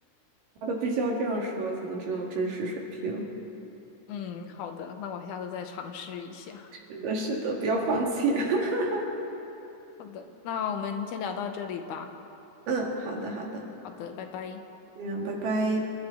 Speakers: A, on the right (about 85°); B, on the left (about 75°).
A: 家都必须要这样说才能知道真实水平。
B: 嗯，好的，那我下次再尝试一下。
A: 是的，是的，不要放弃。<laughs>
B: 好的，那我们先聊到这里吧。
A: 嗯，好的，好的，
B: 好的，拜拜。
A: 这样，拜拜。